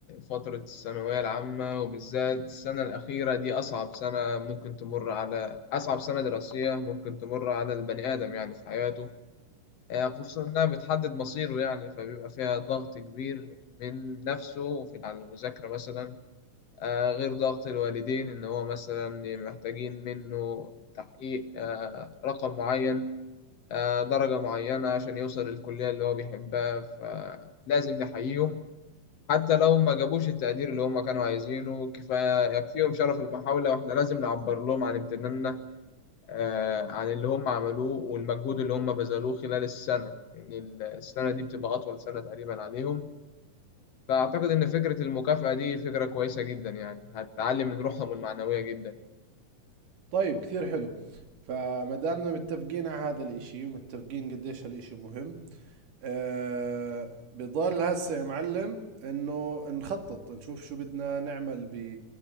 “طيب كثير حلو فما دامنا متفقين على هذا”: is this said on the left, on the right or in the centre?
Right